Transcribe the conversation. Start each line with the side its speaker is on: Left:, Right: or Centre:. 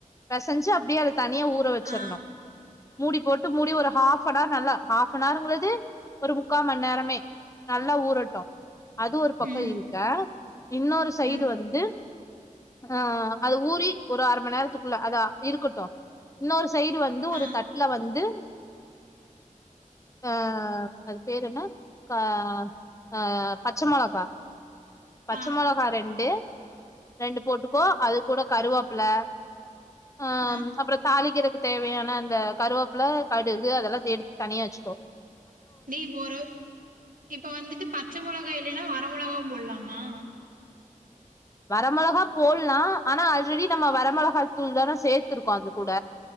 Left: பெசஞ்சு அப்படியே அது தனியா ஊற வெச்சரனு
Right: ஆ
Left: மூடி போட்டு மூடி ஒரு ஹாஃப் அனர் நல்லா ஹாஃப் அனருங்கிறது ஒரு முக்கா மண் நேரமே நல்லா ஊரட்டு அது ஒரு பக்கோ
Right: ம்
Left: இருக்க இன்னொரு சைடு
Right: ம்
Left: வந்து அ அது ஊறி ஒரு அரை மண் நேரத்துக்குள்ள அதா இருக்கட்டு இன்னொரு சைடு வந்து
Right: ஆ
Left: ஒரு தட்டுல வந்து க அது பேரு என்ன கா அ பச்ச மொளகா பச்ச
Right: ஆ
Left: மொளகா ரெண்டு ரெண்டு போட்டுக்கோ அது கூட கருவேப்புல்ல அ
Right: ஆ
Left: அப்பறோ தாலிக்கிறது தேவையான அந்த கருவேப்புல கடுகு அதெல்லா எடுத்து தனியா வெச்சுக்கோ
Right: நீ போரு இப்ப வந்துட்டு பச்ச மொளகா இல்லைன்னா வர மொளகாவு போடலாமா
Left: வர மொளகா போடலா அனா அல்ரெடி நம்ம வரமொளகா தூள் தான சேர்த்துருக்கோ அது கூட